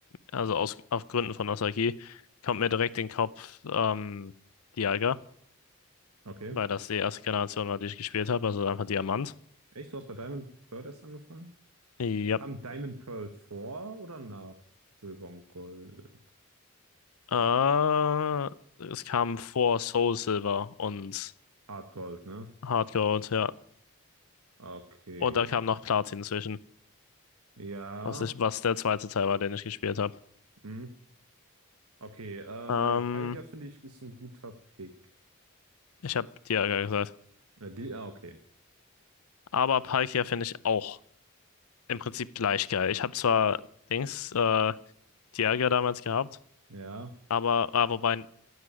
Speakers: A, on the left; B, on the right.
A: also aus, auf Gründen von Nostalgie, kommt mir direkt in den Kopf ähm, Dialga,
B: Okay.
A: weil das die erste Generation war, die ich gespielt habe, also einfach Diamant.
B: Echt? Du hast bei Diamond Pearl erst angefangen?
A: Ja.
B: Kam Diamond Pearl vor oder nach Silber und Gold?
A: Äh, es kam vor Soul Silver und
B: Hard Gold, ne?
A: Hard Gold, ja.
B: Okay.
A: Und da kam noch Platin zwischen,
B: Ja.
A: was ich, was der zweite Teil war, den ich gespielt habe.
B: Hm. Okay. Äh,
A: Ähm,
B: ja, Palkia finde ich ist ein guter Pick.
A: ich habe Dialga gesagt.
B: Äh, die, ah, okay.
A: Aber Palkia finde ich auch im Prinzip gleich geil. Ich habe zwar Dings, äh, Dialga damals gehabt,
B: Ja.
A: aber, ah, wobei,